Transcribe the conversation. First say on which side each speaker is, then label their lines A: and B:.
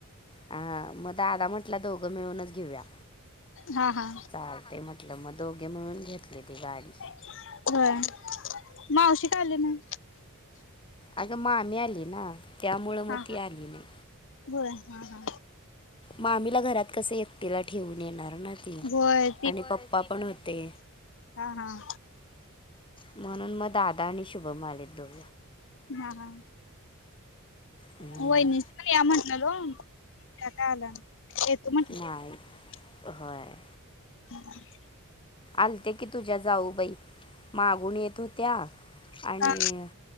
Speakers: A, on the left; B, on the left.
A: हा मग दादा म्हटलं दोघं मिळूनच देऊया
B: हा हा
A: चालते म्हटलं मग दोघे मिळून घेतले ते गाडी.
B: होय मावशी का आले नाही?
A: अगं मग मामी आली ना त्यामुळं मग
B: हा
A: ती आली नाही.
B: होय हा हा
A: मामीला घरात कस एकटीला ठेवून येणार ना. ती
B: होय
A: आणि पप्पा पण होते.
B: हां हां.
A: म्हणून मग दादा आणि शुभम आलेत दोघ.
B: हा हा.
A: हम्म,
B: वहिनीच पण या म्हटलं गं. का आला येतुम्हटलं
A: नाही
B: <unintelligible>
A: होय.
B: <unintelligible>
A: आलते की तुझ्या जाऊ बाई मागून येत होत्या. आणि
B: हा